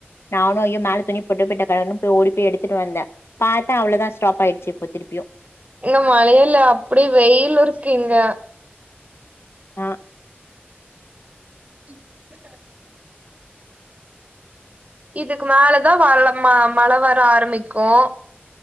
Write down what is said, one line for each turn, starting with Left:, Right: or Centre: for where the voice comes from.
Left: நானும் ஐயோ மேல துணிய போட்டு பிட்ட கடனு ஓ பே எடுத்துட்டு வந்த பாத்தா அவுளோதா ஸ்டாப் ஆயிட்ச்சு இப்ப திருப்பியு
Right: இங்க மழையல்ல அப்புடி வெய்யுல் இருக்கு இங்க
Left: ஆ
Right: <unintelligible> இதுக்கு மேலதா வல்ல ம மழை வர ஆரமிக்கு